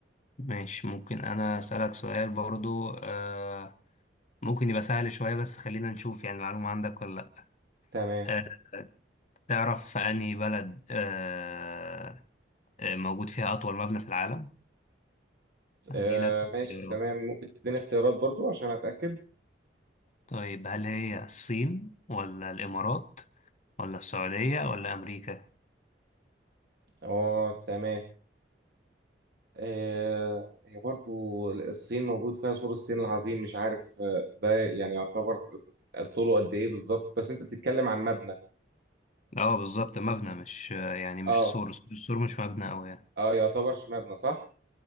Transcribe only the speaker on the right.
تمام
آه
ماشي تمام ممكن تديني اختيارات برضو عشان اتاكد
اه تمام آه، هي برضو الصين موجود فيها سور الصين العظيم مش عارف آه، ده يعني يعتبر طوله قد ايه بالظبط بس انت بتتكلم عن مبنى
اه
اه يعتبر مبنى صح